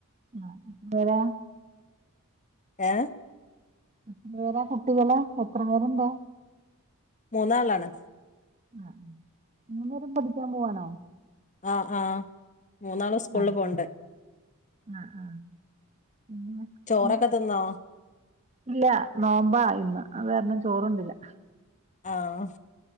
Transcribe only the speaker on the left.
ഏഹ
മൂന്നാളാണ്
ആഹ ആഹ മൂന്നാളും സ്കൂളിൽ
പോണ്ട്
ചോറൊക്കെ
തിന്നോ?
ആഹ